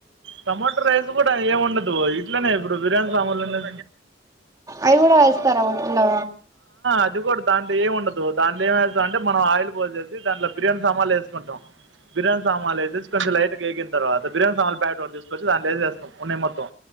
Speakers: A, on the right (about 85°); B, on the right (about 20°).
A: టమాోటో రైస్ కూడా ఏమి ఉండదు ఇట్లనే ఇప్పుడు బిర్యానీ సామాన్లునే
B: అవి కూడా వేస్తారా ఊటిల్లో
A: అది కూడా దాంట్లో ఏముండదు దాంట్లో ఏంచేస్తారు అంటే మనం ఆయిల్ పోసేసి దాంట్లో బియానీ సమాలు వేసుకుంటాం కిరణ్ సమాలయ కొంచెం లైట్ గా వేగిన తర్వా బియాన్ల్ ప్యాట్ కూడా తీసుకొచ్చ దాలేేసేస్తా ఉన్నయి మొత్తం